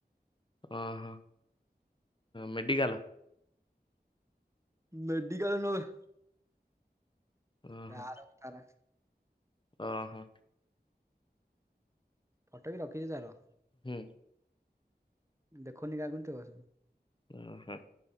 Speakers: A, on the left; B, on the right.
A: ଓହୋ ମେଡିକାଲ।
B: ମେଡିିକାଲ ନୁହ ବେ।
A: ଓହୋ
B: ଗାଁ ର ପାରା।
A: ଓହୋ।
B: ଫଟ ବି ରଖିଛି ତାର।
A: ହୁଁ।
B: ଦେଖୁନି କାହାକୁ କିନ୍ତୁ।
A: ଉଁ ହୁଁ।